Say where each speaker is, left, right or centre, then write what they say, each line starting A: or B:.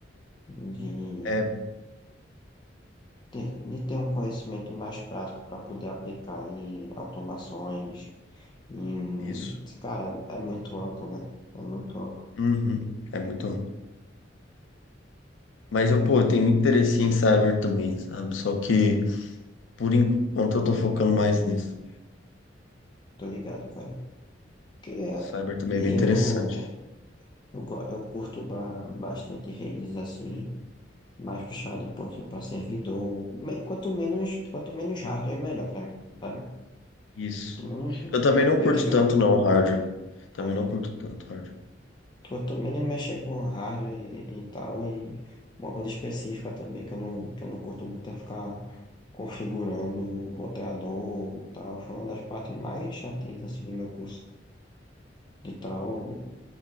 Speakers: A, on the left; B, on the left.
A: de,
B: É
A: ter- de ter um conhecimento mais prático pra poder aplicar em automações. Em...
B: isso.
A: Cara, é é muito amplo, né? É muito amplo.
B: Uhum. É muito. Mas eu,
A: É muito
B: pô, eu tenho
A: amplo.
B: muito interesse em cyber também, sabe? Só que Por enquanto eu tô focando mais nisso.
A: Tô ligado, cara. Porque
B: Cyber também
A: eu.
B: é bem interessante.
A: Eu, go- eu curto ba- bastante redes assim, mais puxado um pouquinho para servidor. Me- Quanto menos, quanto menos hardware, melhor para mim, sabe?
B: Isso.
A: Quanto menos
B: Eu também não curto
A: eu tiver,
B: tanto não, hardware. Também
A: né?
B: não curto tanto hardware.
A: Quanto menos mexer com hardware e, e tal, e uma coisa específica também, que eu não, que eu não curto muito é ficar configurando o roteador e tal. Foi uma das partes mais chatinhas assim do meu curso de tal. Eu,